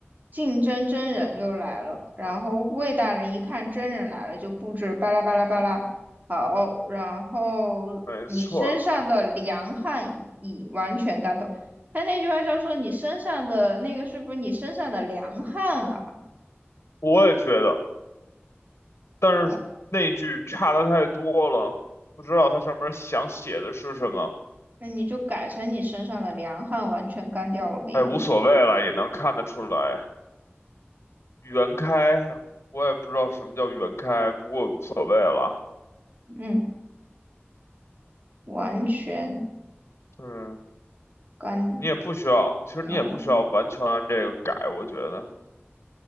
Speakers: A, on the right; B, on the left.
A: 竞争真人又来了，然后魏大人一看真人来了，就布置巴拉巴拉巴拉，好，然后你身上的凉汗已完全干透。
B: 没错儿
A: 他那句话叫说你身上的那个是不是你身上的凉汗啊？
B: 我也觉得，但是那句差的太多了，
A: 呃，
B: 不知道它上面想写的是什么。
A: 那你就改成你身上的凉汗完全干掉了呗。
B: 哎，无所谓了，也能看得出来。原开，我也不知道什么叫原开，不过无所谓了。
A: 嗯，完全
B: 对，
A: 干
B: 你也不需要，其实你也不需要完全按这个改，
A: 掉了。
B: 我觉得。